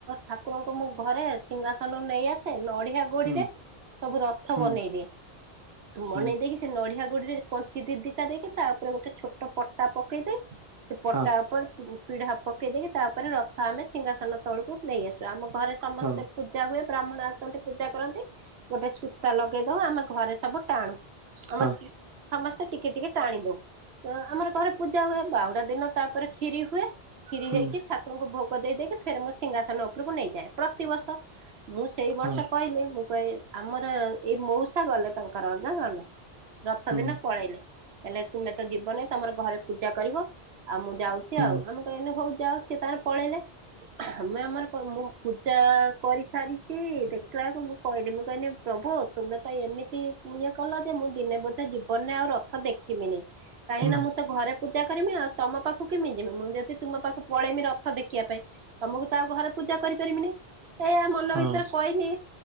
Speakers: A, on the right; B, on the right.
A: ଠାକୁରଙ୍କୁ ମୁଁ ଘରେ ସିଂହାସନ ନେଇ ଆସେ। ନଡିଆ ଗୋଡିରେ
B: ହୁଁ
A: ସବୁ ରଥ
B: ହୁଁ
A: ବନେଇଦିଏ। ମନେଇ
B: ହୁଁ
A: ଦେଇକି ସେ ନଡିଆ ଗୋଡିରେ ଯୋଉ କଞ୍ଚି ଦି ଦିଟା ଦେଇକି ତା ଉପରେ ଗୋଟେ ଛୋଟ ପଟା ପକେଇ ଦେଇ ସେ ପଟା
B: ହଁ
A: ଉପରେ ପିଢ଼ା ପକେଇ ଦେଇକି ତାଉପରେ ରଥ ଆମେ ସିଂହାସନ ତଳକୁ ନେଇ ଆସୁ ଆମ ଘରେ ସମସ୍ତେ
B: ହଁ
A: ପୂଜା ହୁଏ। ବ୍ରାହ୍ମଣ ଆସନ୍ତି ପୂଜା କରନ୍ତି ଗୋଟେ ସୂତା ଲଗେଇ ଦଉ ଆମେ ଘରେ ସବୁ ଟାଣୁ। ଆମ
B: ହଁ
A: ସମସ୍ତେ ଟିକେ ଟିକେ ଟାଣି ଦଉ ଆମର ଘରେ ପୂଜା ହୁଏ ବାହୁଡା ଦିନ ତାପରେ କ୍ଷୀରି ହୁଏ କ୍ଷୀରି
B: ହୁଁ
A: ହେଇକି ଠାକୁରଙ୍କୁ ଭୋଗ ଦେଇଦେଇକି ଫେରେ ମୁଁ ସିଂହାସନ ଉପରକୁ ନେଇଯାଏ ପ୍ରତିବର୍ଷ ମୁଁ ସେଇ ବର୍ଷ
B: ହଁ
A: କହିଲେ ମୁଁ କହି ଆମର ଏଇ ମଉସା ଗଲେ ତାଙ୍କର ଯାଣିଲ ନା ରଥ
B: ହୁଁ
A: ଦିନ ପଳେଇଲେ। କହିଲେ ତୁମେ ତ ଯିବନି ତମର ଘରେ ପୂଜା କରିବ ଆଉ ମୁଁ ଯାଉଛି
B: ହୁଁ
A: ଆଉ ଆମେ କହିଲେ ହଉ ଯାଅ ସେ ତାଙ୍କର ପଳେଇଲେ ଆମେ ଆମର ମୁଁ ପୂଜା କରିସାରିଛି ଦେଖିଲା ବେଳକୁ ମୁଁ କହିଲି ମୁଁ କହିଲି ପ୍ରଭୁ ତୁମେ ତ ଏମିତି ଇଏ କଲ ଯେ ମୁଁ ଦିନେ ବୋଧେ ଜୀବନରେ ଆଉ ରଥ ଦେଖିବିନି। କାହିଁକି
B: ହୁଁ
A: ନା ମୁଁ ତ ଘରେ ପୂଜା କରିମି ଆଉ ତମ ପାଖକୁ କେମି ଯିବି ମୁଁ ଯଦି ତମ ପାଖକୁ ପଳେଇମି ରଥ ଦେଖିବା ପାଇଁ ତମକୁ ତା ଘରେ ପୂଜା କରିପାରିବିନି ଏ ମନ
B: ହଁ
A: ଭିତରେ କହିନି